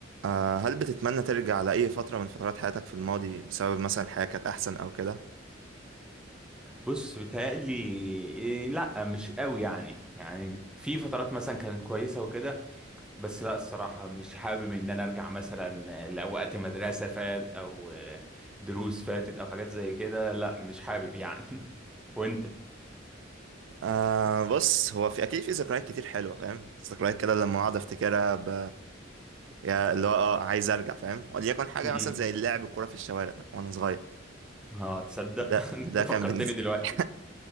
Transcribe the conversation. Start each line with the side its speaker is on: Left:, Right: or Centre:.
Right: آه، هل بتتمنى ترجع لأي فترة من فترات حياتك في الماضي بسبب مثلا الحياة كانت أحسن أو كده؟
Centre: بص بيتهيألي إيه، لا مش قوي يعني يعني بت- في فترات مثلا كانت كويسة وكده بس لا الصراحة مش حابب ان انا ارجع مثلا لوقت مدرسة فات او آه، دروس فاتت او حاجات زي كده لا مش حابب يعني <laughs> وانت
Right: آه بص هو في أكيد في ذكريات كتير حلوة فاهم؟ ذكريات كده لما أقعد أفتكرها ب... يا اللي هو أه عايز أرجع فاهم؟ وليكن حاجة
Centre: امم
Right: مثلا زي اللعب الكورة في الشوارع وأنا صغير
Centre: اه تصدق
Right: ده
Centre: <laughs> إن
Right: ده
Centre: انت فكرتني
Right: كان بالنسبة
Centre: دلوقتي
Right: <laughs>